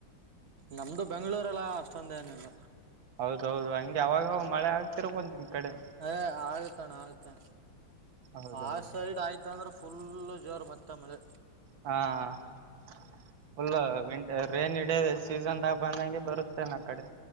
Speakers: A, on the right; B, on the right.
A: ನಮ್ದು ಬೆಂಗಳೂರೆಲ್ಲ ಅಷ್ಟೊಂದ ಏನಿಲ್ಲ.
B: ಹೌದೌ ಹೌದ ಹಂಗೆ ಅವಾಗ್ ಅವಾಗ್ ಮಳೆ ಆಗ್ತಿರ್ಬೋದ ನಿಮ್ ಕಡೆ.
A: ಅ ಆಗತಣ ಆಗತಣ
B: ಹೌದೌದು
A: ಆ ಸೈಡ್ ಆಯ್ತ. ಇತ್ತ ಅಂದ್ರೆ ಫುಲ್ ಜೋರ್ ಮತ್ತೆ ಮೆಳೆ
B: ಹಾ <inaudible> ಫುಲ್ ವೆ ರೇನಿ ಡೇ ಸೀಸನ್ದಾಗ ಬಂದಂಗೆ ಬರುತ್ತೆನಆ ಕಡೆ